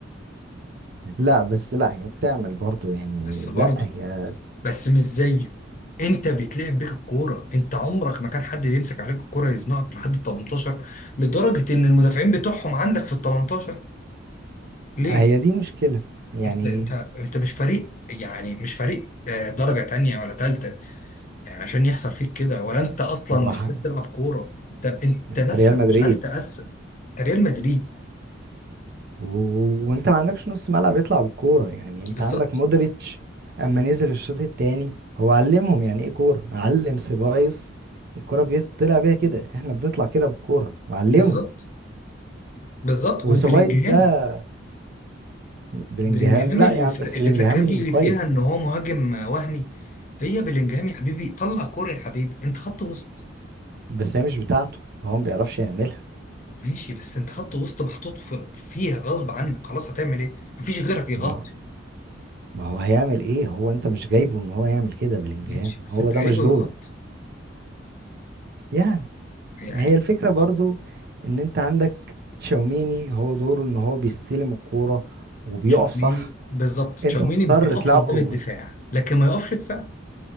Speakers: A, on the right; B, on the left.
A: لا بس لا هي بتعمل برضو يعني
B: بس برضه
A: لا هي
B: بس مش زيه انت بيتلعب بيك الكوره انت عمرك ما كان حد بيمسك عليك الكوره يزنقك لحد ال 18 لدرجه ان المدافعين بتوعهم عندك في ال 18 ليه؟
A: هي دي مشكلة يعني
B: انت انت انت مش فريق يعني مش فريق آه، درجة تانية ولا تالتة يعني عشان يحصل فيك كده ولا انت اصلا
A: هو
B: مش
A: ه-
B: عارف تلعب كورة انت انت
A: انت
B: نفسك
A: ريال مدريد
B: مش عارف تقسم انت ريال مدريد
A: و- وانت ما عندكش نص ملعب يطلع بالكوره يعني انت
B: بالظبط
A: عندك مودريتش اما نزل الشوط التاني هو علمهم يعني ايه كوره علم سيبايوس الكوره بيطلع بيها كده احنا بنطلع كده بالكوره وعلمه
B: بالظبط بالظبط
A: وسيبايوس
B: وبلينجهام
A: ده بلينجهام
B: بلينجهام
A: لا
B: اللي
A: يا عم
B: ف... اللي
A: بس بلينجهام
B: فاكر لي
A: كويس
B: فيها ان هو مهاجم وهمي هي بلينجهام يا حبيبي طلع كورة يا حبيبي انت خط وسط
A: بس هي مش بتاعته هو ما بيعرفش يعملها
B: ماشي بس انت خط وسط محطوط في... فيها غصب عنك خلاص هتعمل ايه مفيش غيرك يغطي
A: ما هو- ما هو هيعمل ايه هو انت مش جايبه ان هو يعمل كده بلينجهام
B: ماشي بس
A: هو
B: انت
A: ده
B: جايبه
A: مش دوره
B: يغطي
A: يعني
B: يعني
A: ما هي الفكرة برضو ان انت عندك تشاوميني هو دوره ان هو بيستلم الكورة وبيقف
B: تشاوميني
A: صح
B: بالظبط تشاوميني
A: انت مضطر
B: بيقف
A: تلعبه
B: قدام الدفاع لكن ما يقفش دفاع